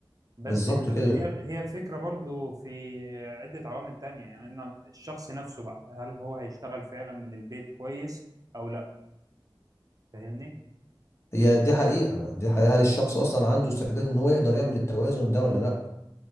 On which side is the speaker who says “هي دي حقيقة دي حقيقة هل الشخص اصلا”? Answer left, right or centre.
Left